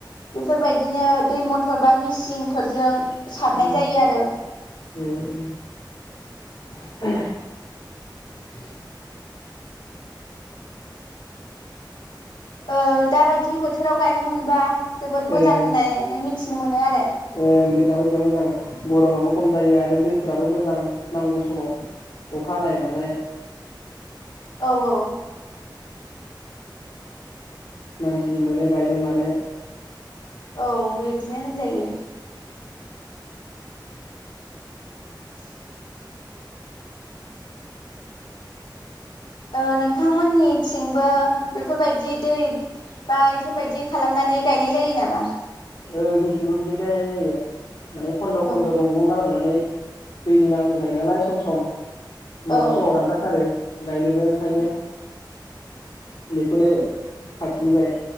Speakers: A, on the left; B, on the left.
A: बेफोरबाय दिनो दै मथर बा मिसिंफोरजों सारनाय
B: उम
A: जायो आरो
B: उम उम <inaudible>
A: ओ दाबायदि बोथोराव गायनो मोनबा जोबोद मोजां
B: ओं
A: होननायनै मिथिनो मोनो आरो
B: ओ दाबायदियाव मोजां गरमाबो खम जायो आरो दैफोराबो मोजां नांगौ समाव अखा हानाय मानाय
A: औ औ
B: मानसिबो मोनो गायनो मानो
A: औ बे दिनो होनजायो। <inaudible> ओ नोंथांमोननिथिंबो बेफोरबायदि दै बा इफोरबायदि खालामनानै गायनाय जायो नामा?
B: ओ जोंथिबो बिदिनो गायनाय जायो माने खन्द'
A: औ
B: खन्द' दंग आव गालां नानै दैनि नांगौ जायो नालाय सम सम
A: औ
B: मालाबा समाव रानथाब थारो। गायनोबो ओंखायनो बेखौनो खाथिनिफाय